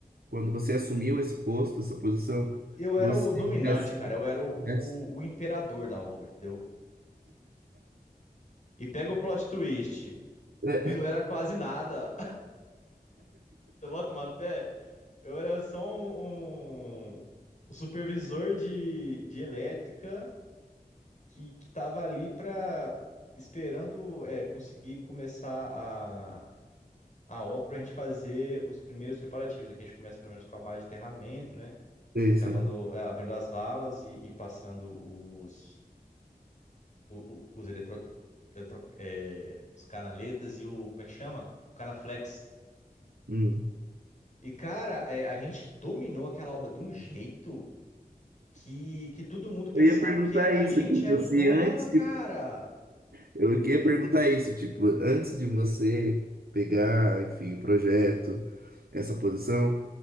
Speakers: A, on the right (about 80°); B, on the left (about 50°).
A: quando você assumiu esse posto, essa posição,
B: Eu era
A: você
B: o dominante,
A: já,
B: cara. Eu era o, o,
A: já-
B: o imperador da obra, entendeu? E pega o plot twist.
A: é,
B: Eu não era quase nada. <laughs> Você bota uma fé? Eu era só um, um, um supervisor de, de elétrica que, que tava ali pra esperando é, conseguir começar a a obra para a gente fazer os primeiros preparativos. Aqui a gente começa pelo menos com a malha de aterramento, né?
A: é isso
B: Cavando,
A: aí.
B: eh, abrindo as valas e, e passando os, o- o- os, eletro, eletro- eh, os canaletas e o, como é que chama? O canaflex.
A: Hum.
B: E, cara, eh, a gente dominou aquela obra de um jeito que, que todo mundo pensava
A: Eu ia perguntar
B: que era- a
A: isso,
B: gente
A: tipo,
B: era os
A: se
B: donos,
A: antes de
B: cara.
A: Eu queria perguntar isso, tipo, antes de você pegar, enfim, o projeto, essa posição,